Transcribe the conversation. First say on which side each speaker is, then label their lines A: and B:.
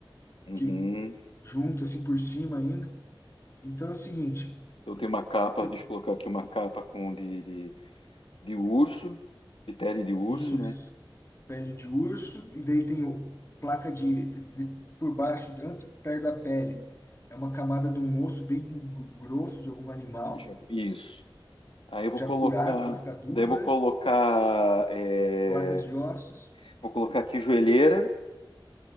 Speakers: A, on the left; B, on the left.
A: Uhum.
B: Que junto assim por cima ainda. Então é o seguinte,
A: Então tem uma capa,
B: pi-
A: deixa eu colocar aqui uma capa com de, de- de urso, de pele de urso,
B: isso,
A: né?
B: pele de urso, e daí tem o, placa de, de- por baixo, de- antes, perto da pele. É uma camada de um osso bem gru- grosso de algum animal,
A: Já- Isso. Aí eu vou
B: já
A: colocar,
B: curado para ficar duro,
A: daí eu vou
B: né?
A: colocar, é,
B: Placas de ossos,
A: vou colocar aqui joelheira.